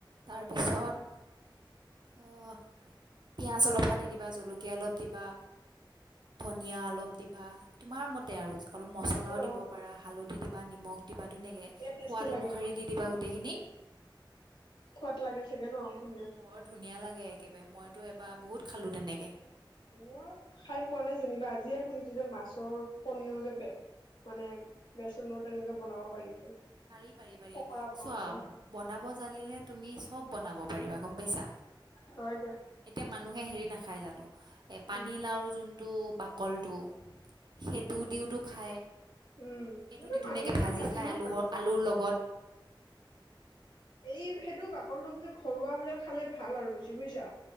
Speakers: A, on the right (about 60°); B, on the left (about 65°).
A: তাৰপিছত অঁহ পিঁয়াজ অলপ কাটি দিবা, জলকীয়া অলপ দিবা ধনিয়া অলপ দিবা, তোমাৰ মতে আৰু অলপ মছলাও
B: অ
A: দিব পাৰা হালধি দিবা, নিমখ দিবা, ধুনীয়াকে।
B: ধুনীয়া টেষ্টি
A: সোৱাদ
B: লাগে
A: অনুসাৰি
B: ন
A: দি দিবা গোটেইখিনি।
B: সোৱাদ লাগে চাগে ন' ধুনীয়া
A: বৰ ধুনীয়া লাগে একেবাই, মইতো এবাৰ বহুত খালোঁ তেনেকে।
B: মই খাই পোৱা নাই যেনিবা, আজিহে শুনিছো যে মাছৰ কনীৰ যে বে মানে বেচনৰ তেনেকে বনাব পাৰি বুলি।
A: পাৰি পাৰি পাৰি
B: পকৰা বনাব
A: চোৱা
B: পাৰি
A: বনাব জানিলে তুমি চব বনাব পাৰিবা গ'ম পাইছা?
B: হয় দিয়া।
A: এতিয়া মানুহে হেৰি নাখায় জানো এ পানীলাওৰ
B: উম
A: যোন টো বাকলটো সেইটো দিওতো খায়।
B: উম
A: সেইটোদি
B: সেইটো
A: ধুনীয়াকে
B: মানুহেতো
A: ভাজি
B: ভাজিও
A: খাই আলুহৰ
B: খায়
A: আলুৰ লগত।
B: এই সেইটো বাকলিটো পিছে ঘৰুৱা হ'লে খালে ভাল আৰু বেছি বুইছা।